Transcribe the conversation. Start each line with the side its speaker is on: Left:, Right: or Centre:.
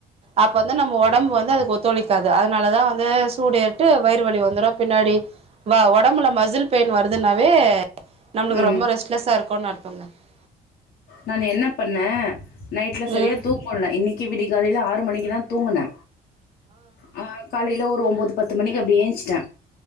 Right: அப்ப வந்து நம்ம ஒடம்பு வந்து அது ஒத்துழ க்காது அதனாலதா வந்து சூடு ஏட்டு வயிறு வலி வந்துரு பின்னாடி வ ஒடம்புல மசில் பெயின் வருதுன்னாவே நம்ளுக்கு
Left: ம்
Right: ரொம்ப ரெஸ்ட்லெஸ்ஸாருக்கு <unintelligible>
Left: நான் என்ன பண்ணே நைட்ல சரியா
Right: ம்
Left: தூங் முல்ல இன்னைக்கு விடிய காலல ஆறு மணிக்கு தா தூங்குன ஆ காலைல ஒரு ஒன்பது பத்து மணிக்கு அப்டி ஏஞ்ச்சுட்ட